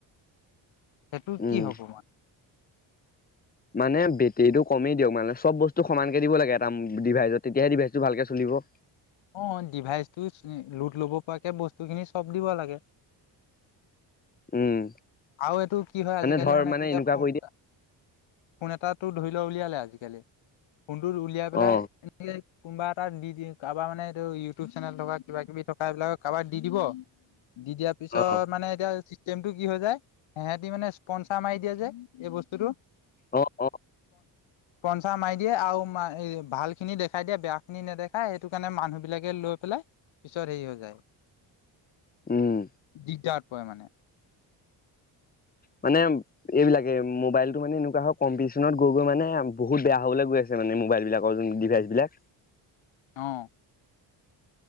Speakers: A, on the left; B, on the left.
A: সেইটো
B: উম
A: কি হ'ব মানে।
B: মানে বেটেৰীটো কমেই দিয়ক মানে চব বস্তু সমানকে দিব লাগে এটা ডিভাইজত তেতিয়াহে ডিভাইচটো ভালকে চলি। দিব।
A: অ ডিভাইচটো লোড ল'ব পৰাকে বস্তুখিনি চব দিব লাগে।
B: উম।
A: আৰু এইটো কি হয় আজিকালি
B: ধৰ
A: মানে তেতিয়া
B: এনেকুৱা
A: ফোন
B: কৰি দিয়ে
A: এটা। ফোন এটাটো ধৰি লোৱা উলিয়ালে আজিকালি ফোনটোত উলিয়াই পেলাই
B: অ
A: এনেকে। কোনোবা এটাত দিয়ে কাৰোবাৰ মানে এইটো ইউটিউব চেনেল থকা কিবা কিবি থকা এইবিলাক কাৰোবাক দি দিব। দি দিয়াৰ পিছত
B: অ
A: মানে এতিয়া চিষ্টেম টো কি হৈ যায়। সেতি মানে স্পনচাৰ মাৰি দিয়ে যে এই বস্তুটো।
B: অ অ
A: চাৰ মাৰি দিয়ে আৰু ভাল খিনি দেখাই দিয়ে বেয়া খিনি নেদেখাই সেইটো কাৰণে মানুহ বিলাকে লৈ পেলাই। পিছত হেৰি হৈ যায়
B: উম
A: দিগদাৰত পৰে মানে।
B: মানে এইবিলাকে মোবাইলতটো মানে এনেকুৱা হয় কম্পিটিচনত গৈ গৈ মানে বহুত বেয়া হবলৈ গৈ আছে। মানে মোবাইল বিলাক ডিভাইচ বিলাক।
A: অ।